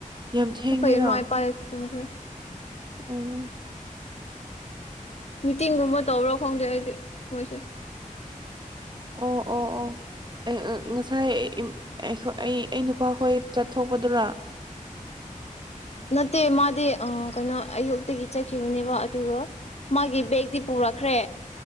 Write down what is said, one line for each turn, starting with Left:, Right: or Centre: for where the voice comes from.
Right: ꯌꯥꯝ ꯊꯦꯡꯉꯦꯅ
Left: ꯑꯩꯈꯣꯏ ꯏꯃꯥ ꯏꯄꯥ ꯇꯨꯝꯈ꯭ꯔꯦ
Right: ꯎꯝ
Left: ꯃꯤꯇꯤꯡꯒꯨꯝꯕ ꯇꯧꯕ꯭ꯔꯣ ꯈꯪꯗꯦ ꯑꯩꯗꯤ ꯃꯣꯏꯁꯦ
Right: ꯑꯣ ꯑꯣ ꯑꯣ ꯉꯁꯥꯏ ꯑꯩ ꯑꯩ ꯅꯨꯄꯥꯈꯣꯏ ꯆꯠꯊꯣꯛꯄꯗꯨꯔꯥ ꯎ
Left: ꯅꯠꯇꯦ ꯃꯥꯗꯤ ꯀꯩꯅꯣ ꯑꯌꯨꯛꯇꯒꯤ ꯆꯠꯈꯤꯕꯅꯦꯕ ꯑꯗꯨꯒ ꯃꯥꯒꯤ ꯕꯦꯛꯇꯤ ꯄꯨꯔꯛꯈ꯭ꯔꯦ